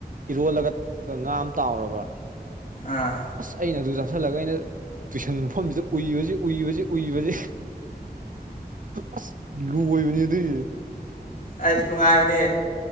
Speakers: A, on the right; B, on the left.
A: ꯏꯔꯣꯜꯂꯒ ꯉꯥꯝ ꯇꯥꯎꯔꯕ
B: ꯑꯥ
A: ꯑꯁ ꯑꯩꯅ ꯑꯗꯨ ꯆꯥꯥꯁꯜꯂꯒ ꯑꯩꯅ ꯇꯨꯏꯁꯟ ꯃꯐꯝꯗꯨꯗ ꯎꯏ ꯍꯧꯖꯤꯛ ꯎꯏꯕꯁꯦ ꯎꯏꯕꯁꯦ ꯑꯁ ꯂꯕꯅꯤ ꯑꯗꯨꯏ
B: ꯑꯩꯁ ꯅꯨꯡꯉꯥꯏꯕꯅꯦ